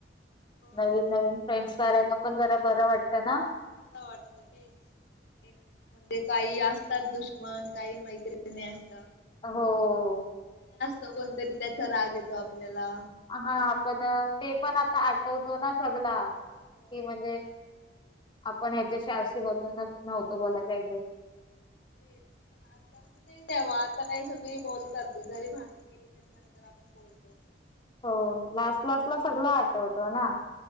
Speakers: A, on the left; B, on the left.
A: हो
B: नवीन
A: नंतर
B: नवीन फ्रेंड्स करायला पण जरा बरं वाटतं ना?
A: हा वाटत तेच. एक म्हणजे काही असतात दुश्मन, काही मैत्रिणी असं
B: हो.
A: तो कोणतरी त्याचा राग येतो आपल्याला.
B: हा आपण ते पण आता आठवतो ना सगला.
A: हो
B: कि म्हणजे
A: तेच ना
B: आपण ह्याच्याशी आशी बोललो, नव्हतं बोलाय पाहिजे.
A: ते आता म्हणजे ते तेव्हा आता काय सगळी बोलतातच, जरी भांडण केली तरी नंतर आपण बोलतोच.
B: हो. लास्ट लास्ट ला सगळ आठवत ना.